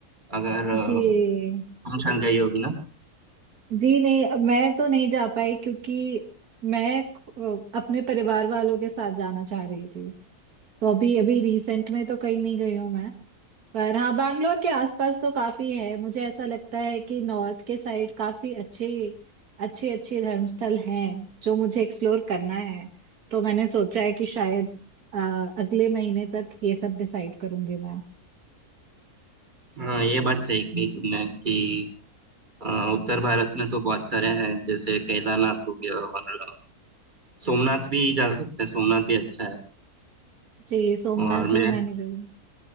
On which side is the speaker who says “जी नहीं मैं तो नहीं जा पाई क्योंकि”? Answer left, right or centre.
Right